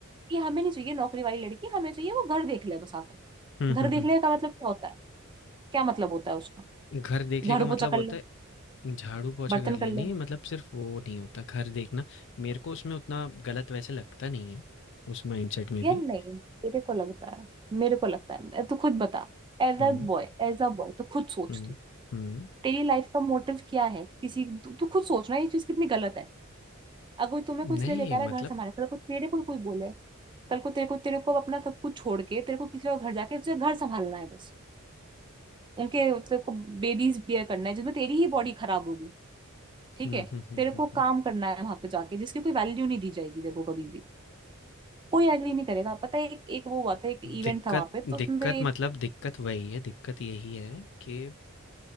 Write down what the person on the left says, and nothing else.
हम्म हम्म
हम्म
घर देखने
का मतलब
होता
है झाड़ू पोछा
कर लेनी
मतलब सिर्फ वो नहीं होता घर देखना मेरे को उसमें उतना गलत वैसे लगता नहीं है उस माइंडसेट में
भी
हम्म
हम्म
हम्म
नहीं
मतलब
हम्म
हम्म हम्म
हम्म
हम्म।
दिक्कत
दिक्कत
मतलब दिक्कत वही है दिक्कत यही है कि